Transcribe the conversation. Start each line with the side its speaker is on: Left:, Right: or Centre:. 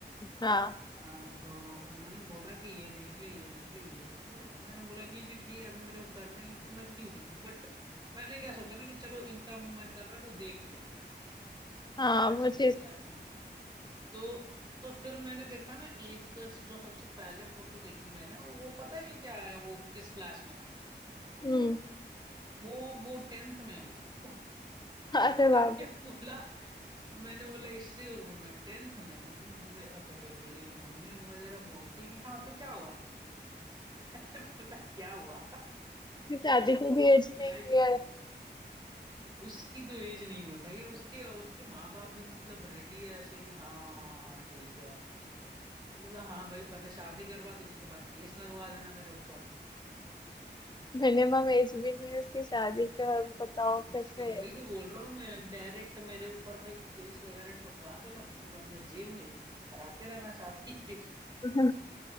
Left: हाँ
Right: अ, तो उन्होंने बोला कि ये देख ले ये देख ले ये देख ले मैंने बोला कि कि ठीक है अभी मेरे को करने हैं तो मैं क्यों देखूं बट मैंने क्या सोचा ना कि चलो इनका भी मन कर रहा है तो देख लेते हैं
Left: हाँ
Right: क्या
Left: वो
Right: सीन
Left: चीज
Right: है क्या नहीं तो तो फिर मैंने देखा ना एक जो सबसे पहले फोटो देखी मैंने वो पता है क्या है वो किस क्लास में है
Left: हम्म
Right: वो वो टेंथ में है वो <laughs>
Left: अरे बाप
Right: मैंने
Left: रे,
Right: बोला मैंने बोला इससे और मैं टेंथ में मैं- तो फिर मेरी मम्मी वगैरह बोलती है कि हाँ तो क्या हुआ <laughs> मैंने बोला क्या हुआ <laughs>
Left: उसकी शादी की भी एज
Right: लाइक
Left: नहीं हुई है
Right: उसकी तो एज नहीं हुई भाई उसके और उसके माँ बाप भी मतलब रेडी है ऐसे कि हाँ हाँ हाँ हाँ ठीक है मैंने बोला हाँ भाई पहले शादी करवा दो उसके बाद केस लगवा देना मेरे ऊपर
Left: मिनिमम एज भी नहीं है उसकी शादी के और बताओ कैसे
Right: उसकी वही तो बोल रहा हूँ मैं डायरेक्ट मेरे ऊपर भाई केस वगैरह ठुकवा देना उसके बाद मैं जेल में कराते रहना शादी <laughs> फिर
Left: <laughs>